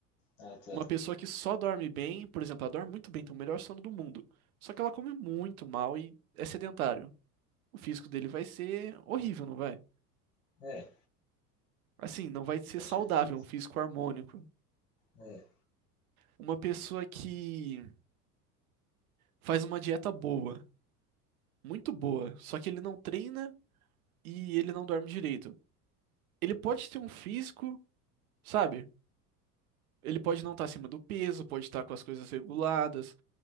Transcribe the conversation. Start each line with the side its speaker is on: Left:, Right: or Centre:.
Left: Ah, tá.
Right: uma pessoa que só dorme bem, por exemplo, ela dorme muito bem, tem o melhor sono do mundo, só que ela come muito mal e é sedentário. O físico dele vai ser horrível, não vai?
Left: É,
Right: Assim, não vai ser
Left: com
Right: saudável,
Left: certeza.
Right: um físico harmônico.
Left: É.
Right: Uma pessoa que faz uma dieta boa, muito boa, só que ele não treina e ele não dorme direito. Ele pode ter um físico, sabe? Ele pode não estar acima do peso, pode estar com as coisas reguladas,